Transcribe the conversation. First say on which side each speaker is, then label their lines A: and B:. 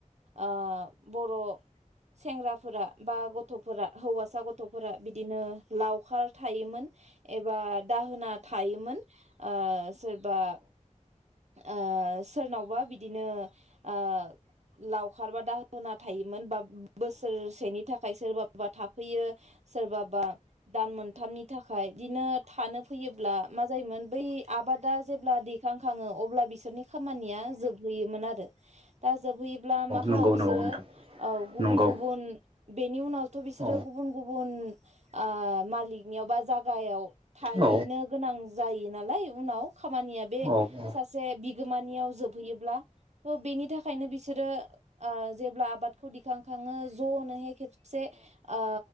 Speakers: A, on the right (about 60°); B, on the right (about 45°).
A: ओ बर' सेंग्राफोरा बा गथ'फोरा हौवासा गथ'फोरा बिदिनो लाव खार थायोमोन एबा दाहोना थायोमोन आ सोरबा ओ सोरनावबा बिदिनो ओ लावखारबा दाहोना थायोमोन बा बोसोरसेनि थाखाय सोरबाबा थाख फैयो सोरबाबा दान मोनथामनि थाखाय बिदिनो थानो फैयोब्ला मा जायोमोन बै आबादा जेब्ला दैखां खाङो अब्ला बिसोरनि खामानिया जोबहैयोमोन आरो दा जोबहै ब्ला मा खालाम
B: नंगौ नंगौ
A: बिसोरो
B: नोंथां
A: औ गुबुन
B: नंगौ
A: गुबुन बेनि उनावथ बिसोरो
B: औ
A: गुबुन गुबुन ओ मालिकनियाव बा जागायाव थाहैनो
B: औ
A: गोनां जायो नालाय उनाव खामानिया बे
B: औ औ
A: सासे बिगोमानियाव जोबहैयोब्ला थ बेनि थाखायनो बिसोरो ओ जेब्ला आबादखौ दिखां खाङो जनोहै खेबसे ओ